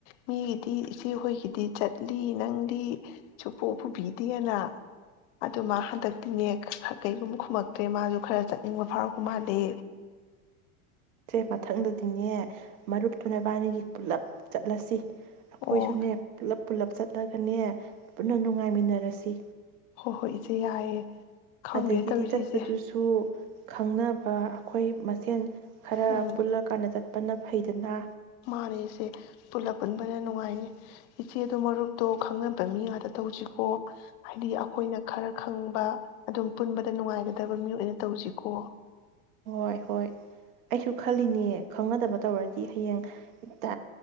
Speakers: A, on the left (about 55°); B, on the right (about 70°).
A: ꯃꯤꯒꯤꯗꯤ ꯏꯆꯦ ꯍꯣꯏꯒꯤꯗꯤ ꯆꯠꯂꯤ ꯅꯪꯗꯤ ꯁꯨꯄꯨ ꯄꯨꯕꯤꯗꯦꯅ ꯑꯗꯨ ꯃꯥ ꯍꯟꯗꯛꯇꯤꯅꯦ ꯀꯩꯒꯨꯝꯕ ꯈꯨꯃꯛ ꯇꯦ ꯃꯥꯁꯨ ꯈꯔ ꯆꯠꯅꯤꯡꯕ ꯐꯥꯎꯔꯛꯄ ꯃꯥꯜꯂꯦ꯫
B: ꯁꯦ ꯃꯊꯪꯗꯗꯤꯅꯦ ꯃꯔꯨꯞꯇꯨ ꯅꯕꯥꯅꯤꯒꯤ ꯄꯨꯂꯞ ꯆꯠꯂꯁꯤ꯫ ꯑꯩꯈꯣꯏꯁꯨꯅꯦ
A: ꯑꯣ
B: ꯄꯨꯂꯞ ꯄꯨꯂꯞ ꯆꯠꯂꯒꯅꯦ ꯄꯨꯟꯅ ꯅꯨꯡꯉꯥꯏꯃꯤꯟꯅꯔꯁꯤ
A: ꯍꯣꯏ ꯍꯣꯏ ꯏꯆꯦ ꯌꯥꯏꯌꯦ꯫ ꯈꯪꯗꯦ
B: ꯑꯥꯗꯒꯤꯗꯤ
A: ꯇꯧꯔꯤꯁꯦ
B: ꯆꯠꯄꯗꯨꯁꯨ
A: ꯏꯆꯦ
B: ꯈꯪꯅꯕ ꯑꯩꯈꯣꯏ ꯃꯁꯦꯟ ꯈꯔ
A: ꯎꯝ
B: ꯄꯨꯜꯂ ꯀꯥꯟꯗ ꯆꯠ ꯄꯅ ꯐꯩꯗꯅ
A: ꯃꯥꯅꯦ ꯏꯆꯦ ꯄꯨꯜꯂꯞ ꯄꯨꯟꯕꯅ ꯅꯨꯡꯉꯥꯏꯌꯦ ꯏꯆꯦꯗꯣ ꯃꯔꯨꯞꯇꯣ ꯈꯪꯅꯕ ꯃꯤ ꯉꯥꯛꯗ ꯇꯧꯖꯤꯀꯣ ꯍꯥꯏꯗꯤ ꯑꯈꯣꯏꯅ ꯈꯔ ꯈꯪꯕ ꯑꯗꯨꯝ ꯄꯨꯟꯕꯗ ꯅꯨꯡꯉꯥꯏꯒꯗꯕ ꯃꯤ ꯑꯣꯏꯅ ꯇꯧꯖꯤꯀꯣ꯫
B: ꯍꯣꯏ ꯍꯣꯏ꯫ ꯑꯩꯁꯨ ꯈꯜꯂꯤꯅꯦ ꯈꯪꯅꯗꯕ ꯇꯧꯔ ꯗꯤ ꯍꯌꯦꯡ ꯍꯦꯛꯇꯥ